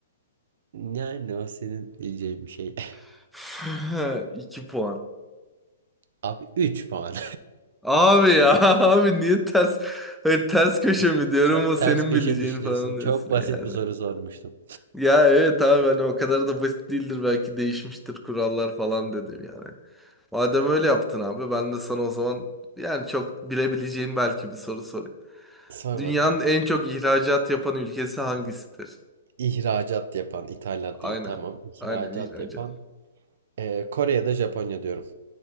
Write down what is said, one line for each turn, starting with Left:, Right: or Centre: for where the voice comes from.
Right: Yani o senin diyeceğin bir şey. <laughs>
Centre: <laughs> 2 puan.
Right: Abi 3 puan.
Centre: Abi ya <laughs> abi niye ters hayır, ters köşe
Right: <laughs>
Centre: mi diyorum
Right: Çok
Centre: o senin
Right: ters köşe
Centre: bileceğini
Right: düşünüyorsun.
Centre: falan
Right: Çok
Centre: diyorsun
Right: basit
Centre: yani.
Right: bir soru sormuştum.
Centre: Ya evet abi hani o kadar da basit değildir belki değişmiştir kurallar falan dedim yani. Madem öyle yaptın abi ben de sana o zaman yani çok bilebileceğin belki bir soru sorayım.
Right: Sor
Centre: Dünyanın
Right: bakalım.
Centre: en çok ihracat yapan ülkesi hangisidir?
Right: İhracat yapan, ithalat
Centre: Aynen.
Right: değil tamam. İhracat
Centre: Aynen ihracat.
Right: yapan. Ee, Kore ya da Japonya diyorum.